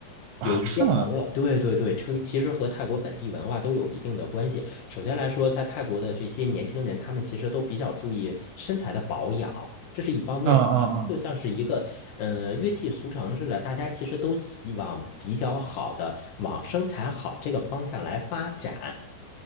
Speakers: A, on the right; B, on the left.
A: 啊？
B: 有一些朋友，
A: 是吗？
B: 对对对，这其实和泰国本地文化都有一定的关系。首先来说，在泰国的这些年轻人，他们其实都比较注意身材的保养，这是一方面。
A: 啊啊啊！
B: 就像是一个，嗯、乐器俗成似的，大家其实都希望比较好的往身材好这个方向来发展。